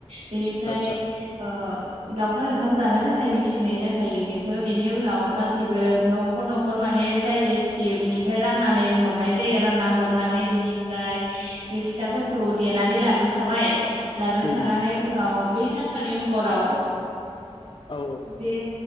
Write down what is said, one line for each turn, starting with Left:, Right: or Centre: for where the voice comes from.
Right: बेनिफ्राय
Left: आतसा
Right: ओ लावखार ओंखाम जानो थाखायनो फिसिनाय जाखायो बेखौ बेनि उनाव गासैबो न'खर न' खर माने जाय जाय फिसियो बिनि ओमफ्राय राननानै हरनाय जायो आ रानना हरनानै बेनिफ्राय बे फिथाफोरखौ देनानै लाग्रोखाबाय लाग्रोखानानै
Left: उम
Right: उनाव बै सान खालि हराव
Left: उम औ
Right: बे